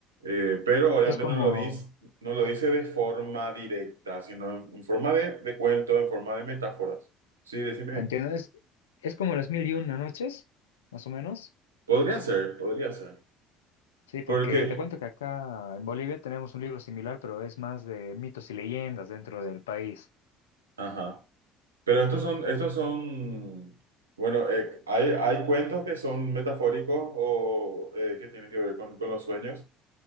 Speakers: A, on the right; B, on the left.
A: Eh, pero obviamente
B: Es como...
A: no lo dice, no lo dice de forma directa, sino en, en forma de, de cuento, en forma de metáforas. Sí, decime.
B: ¿Entiendes? Es como las mil y una noches, más o menos.
A: Podría ser, podría ser.
B: Sí, porque
A: Porque,
B: te cuento que acá en Bolivia tenemos un libro similar, pero es más de mitos y leyendas dentro del país.
A: ajá. Pero estos son, estos son, bueno, eh, hay, hay cuentos que son metafóricos o eh, que tienen que ver con, con los sueños.